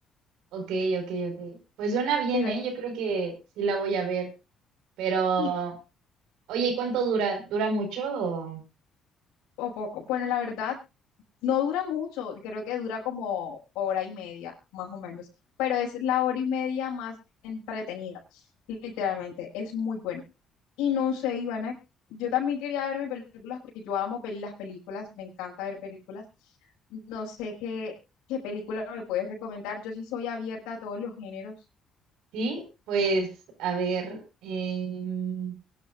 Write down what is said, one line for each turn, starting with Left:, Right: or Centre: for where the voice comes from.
Right: Ok, ok, ok. Pues suena bien,
Left: Pero,
Right: ¿eh? Yo creo que sí la voy a ver. Pero,
Left: y,
Right: oye, ¿y cuánto dura? ¿Dura mucho? o-
Left: o poco, bueno, la verdad. No dura mucho, creo que dura como hora y media, más o menos, pero es la hora y media más entretenida, literalmente, es muy buena. Y no sé, Ivana, yo también quería verme películas porque yo amo pel- las películas, me encanta ver películas. No sé qué, qué película me puedes recomendar, yo sí soy abierta a todos los géneros.
Right: Sí, pues, a ver, em,